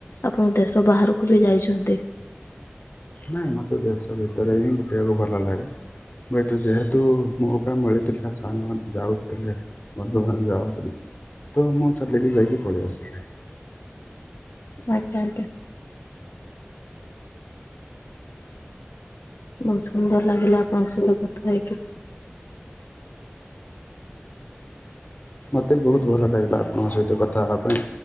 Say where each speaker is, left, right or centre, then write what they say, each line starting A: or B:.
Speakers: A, on the left (about 75°); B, on the left (about 45°).
A: ଆପଣ ଦେଶ ବାହାରକୁ ବି ଯାଇଛନ୍ତି।
B: ନାଇଁ ମୋତେ ଦେଶ ଭିତରେ ହିଁ ବୁଟିବାକୁ ଭଲ ଲାଗେ। ବଟ୍ ଯେହେତୁ ମୌକା ମିଳିଥିଲା ସାଙ୍ଗମାନେ ଯାଉଥିଲେ। ବନ୍ଧୁମାନେ ଯାଉଥିଲେ। ତ ମୁଁ ଚାଲିକି ଯାଇକି ପଳି ଆସିଥିଲି।
A: ଆଜ୍ଞା ଆଜ୍ଞା। ବତ ସୁନ୍ଦର ଲାଗିଲା ଆପଣଙ୍କ ସହିତ କଥା ହେଇକି।
B: ମୋତେ ବହୁତ ଭଲ ଲାଗିଲା ଆପଣଙ୍କ ସହିତ କଥା ହେବା ପାଇଁ।